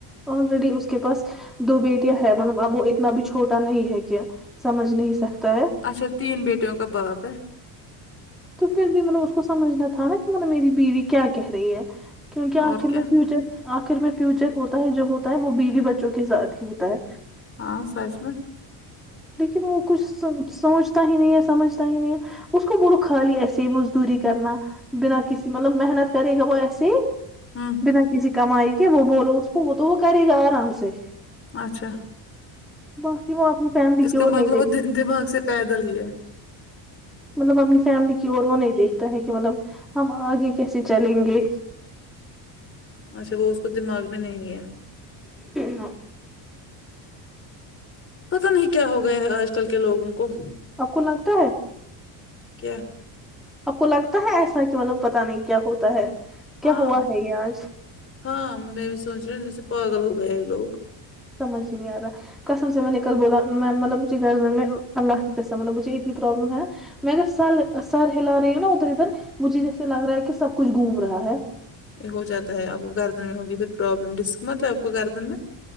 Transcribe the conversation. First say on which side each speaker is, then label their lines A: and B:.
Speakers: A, in the centre; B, on the left.
A: الریڈی اس کے پاس دو بیٹیاں ہے مطلب اب وہ اتنا بھی چھوٹا نہیں ہے کیا سمجھ نہیں سکتا ہے
B: اچھا تین بیٹیوں کا باپ ہے
A: تو پھر بھی مطلب اس کو سمجھنا تھا نا کہ مطلب میری بیوی کیا کہہ رہی ہے کیونکہ آخر
B: اور کیا
A: میں فیوچر آخر میں فیوچر ہوتا ہے جو ہوتا ہے وہ بیوی بچوں کے ساتھ ہی ہوتا ہے
B: ہاں سچ میں
A: لیکن وہ کچھ سوچتا ہی نہیں ہے سمجھتا ہی نہیں ہے اس کو بولو خالی ایسے ہی مزدوری کرنا بنا کسی مطلب محنت کرے گا وہ ایسے
B: ہوں
A: بنا کسی کمائی کے وہ بولو اس کو وہ تو وہ کرے گا آرام سے
B: اچھا
A: باقی وہ اپنی فیملی
B: اس
A: کی
B: کا
A: اور
B: مطلب
A: نہیں دیکھتی
B: وہ د- دماغ سے پیدل ہی ہے
A: مطلب اپنی فیملی کی اور وہ نہیں دیکھتا ہے کہ مطلب ہم اگے کیسے چلے گے
B: اچھا وہ اس کو دماغ میں نہیں ہے
A: ہا
B: پتا نہیں کیا ہو گیا آج کل کے لوگوں کو
A: آپ کو لگتا ہے
B: کیا
A: اپ کو لگتا ہے ایسا کہ مطلب پتا نہیں کیا ہوتا ہے کیا
B: ہاں
A: ہوا ہے یہ اج
B: ہاں ہم نے بھی سوچ رہے جیسے پاگل ہو گئے ہیں لوگ
A: سمجھ ہی نہیں ا رہا قسم سے میں نے کل بولا مطلب مجھے گھر میں اللہ کی قسم مطلب مجھے اتنی پرابلم ہے میں اگر سر سر ہلا رہی ہوں نا ادھر ودھر مجھے جیسے لگ رہا ہے کہ سب کچھ گھوم رہا ہے
B: ہو جاتا ہے اپ کو گردن میں ہوگی پھر پروابلم رسک مت ہے اپ کو گارڈن میں